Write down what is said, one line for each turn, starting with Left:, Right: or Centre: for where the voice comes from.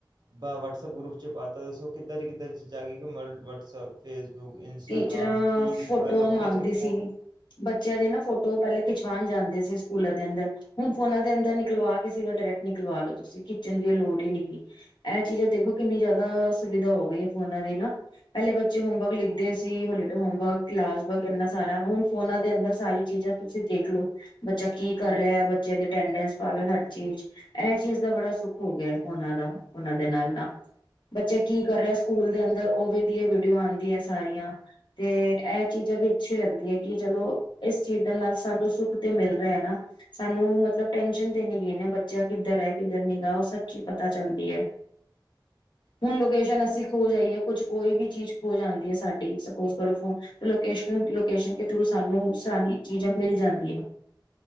Right: ਬ ਵਟਸਐਪ ਗਰੁੱਪ 'ਚ ਪਾਤਾ ਦੱਸੋ ਕਿੱਧਰ ਕਿੱਧਰ ਚੀਜ਼ਾਂਗੀ ਕਿ ਮ ਵੱਟਸਐਪ ਭੇਜ ਫੇਸਬੁੱਕ ਇੰਸਟਾਗ੍ਰਾਮ
Left: ਟੀਚਰਾਂ
Right: ਟੀ ਵੀ
Left: ਫੋਟੋਆਂ
Right: ਪਰ ਲੋਕੀ
Left: ਮੰਗਦੀ
Right: ਅੱਜ ਕੱਲ ਫੋ
Left: ਸੀ। ਬੱਚਿਆਂ ਦੇ ਨਾ ਫੋਟੋ ਪਹਿਲੇਾਂ ਖਿਚਵਾਉਣ ਜਾਂਦੇ ਸੀ। ਸਕੂਲਾਂ ਦੇ ਅੰਦਰ ਹੁਣ ਫੋਨਾ ਦੇ ਅੰਦਰ ਨਿਕਲਵਾ ਕਿਸੇ ਦਾ ਡਾਇਰੈਕਟ ਨਿਕਲਵਾ ਲੋ ਤੁਸੀਂ ਖਿੱਚਣ ਦੀ ਲੋੜ ਹੀ ਨਹੀਂ ਇਹ ਚੀਜ਼ਾਂ ਦੇਖੋ ਕਿੰਨੀ ਜ਼ਿਆਦਾ ਸੁਵਿਧਾ ਹੋ ਗਈ ਹੈ। ਫੋਨਾ ਦੀ ਨਾ ਪਹਿਲੇ ਬੱਚੇ ਹੋਮਵਰਕ ਲਦੇ holiday home work, class work, ਇਨਾ ਸਾਰਾ ਹੁਣ ਫੋਨਾਂ ਦੇ ਅੰਦਰ ਸਾਰੀ ਚੀਜ਼ਾਂ ਤੁਸੀਂ ਦੇਖਲੋ ਬੱਚਾ ਕੀ ਕਰ ਰਿਹਾ ਬੱਚਿਆਂ ਦੀ ਅਟੈਂਡੈਂਸ ਪਾਵੇ ਹਰ ਚੀਜ਼ ਚੀਜ਼ ਦਾ ਬੜਾ ਸੁੱਖ ਹੋ ਗਿਆ। ਉਹਨਾਂ ਦਾ ਉਹਨਾਂ ਦੇ ਨਾਲ ਨਾ ਬੱਚੇ ਕੀ ਕਰ ਰਹੇ ਸਕੂਲ ਦੇ ਅੰਦਰ ਉਹ ਵੀ ਦੀ ਵੀਡੀਓ ਆਉਂ <unintelligible> ਸਾਰੀਆਂ ਤੇ ਇਹ ਚੀਜ਼ਾਂ ਵੀ ਅੱਛੀ ਲੱਗਦੀ ਹੈ ਕਿ ਚਲੋ ਇਸ ਚੀਜ਼ਾਂ ਨਾਲ ਸਾਨੂੰ ਸੁੱਖ ਤੇ ਮਿਲ ਰਿਹਾ ਨਾ ਸਾਨੂੰ ਮਤਲਬ ਟੈਸ਼ਨ ਤੇ ਨੀ ਗਿਣ ਬੱਚਾ ਕਿੱਧਰ ਹੈ ਕਿੱਧਰ ਨੀ ਗਾ ਉਹ ਸੱਚ ਚੀਜ਼ ਪਤਾ ਚੱਲਦੀ ਹੈ। ਹੁਣ ਲੋਕੇਸ਼ਨ ਅਸੀਂ ਖੋ ਜਾਈਏ ਕੁੱਛ ਕੋਈ ਵੀ ਚੀਜ਼ ਖੋ ਜਾਣੀ ਸਾਡੀ ਸਪੋ ਕਰੋ, ਫੋਨ ਲੋਸ਼ਨ ਸਾਨੂੰ ਸ ਚੀਜ਼ਾਂ ਮਿਲ ਜਾਂਦੀ ਆ